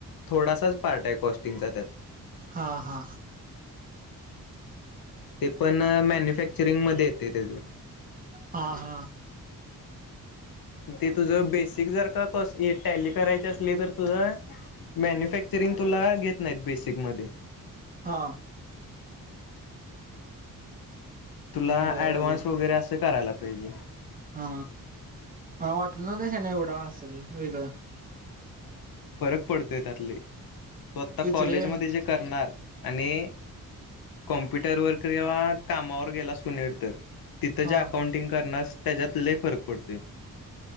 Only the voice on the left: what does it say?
थोडासाच पार्ट आहे कॉस्टिंगचा त्यात
ते पण मॅन्युफॅक्चरिंग मध्ये येते त्याचं
ते तुझं बेसिक जर का कस टॅली करायची असली तर तुझं मॅन्युफॅक्चर ंग तुला घेत नाहीत बेसिक मध्ये
तुला
ऍडव्हान्स
वगैरे असं करायला पाहिजे
फरक पडतोय त्यातले तो आता
कॉलेजमध्ये
जे करणार आणि कॉम्प्युटरवरर किंवा कामावर गेलास क निड तर तिथं
ज्या अकाउंटिंग करण्यास त्याच्यात लय फरक पडते